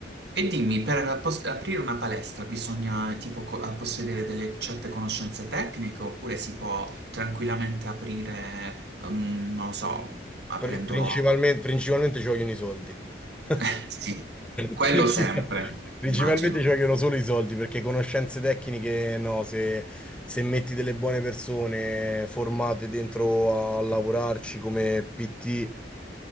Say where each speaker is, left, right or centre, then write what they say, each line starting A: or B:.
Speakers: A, on the right (about 65°); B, in the centre.
A: E dimmi, per pos- aprire una palestra bisogna tipo co- possedere delle certe conoscenze tecniche oppure si può tranquillamente aprire, mm, non lo so, aprendolo...
B: Pri- Principalmente, principalmente ci vogliono i soldi. <laughs>
A: <laughs> Sì, quello
B: Princip-
A: sempre,
B: Principalmente
A: immagino.
B: ci vogliono solo i soldi perché conoscenze tecniche, no, se, se metti delle buone persone formate dentro a lavorarci come PT,